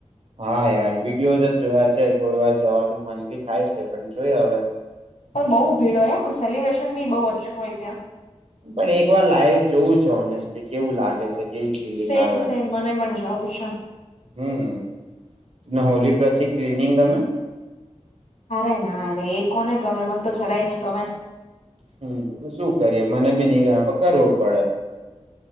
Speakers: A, on the right; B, on the left.
A: હા યાર વિડીયોઝ જ જોયા છે કોઈ વાર જવાનું મન ભી થાય છે પણ જોઈએ હવે.
B: પણ બહુ ભીડ હોય પણ સેલિબ્રેશન બી બહુ અચ્છું હોય ત્યાં.
A: પણ એક વાર લાઈવ જોવું છે ઓનેસ્ટલી કેવું લાગે છે. કેવી ફિલિંગ
B: સેમ
A: આવે
B: સેમ મને મણ જાઉં છે.
A: હમ ને હોલી પ્રસી ક્લિનિંગ ગમે?
B: અરે ના રે એ કોને ગમે મને તો જરાય નહી ગમે.
A: હમ્મ શું કરીએ મને બી નહીં ગમે કરવું પડે.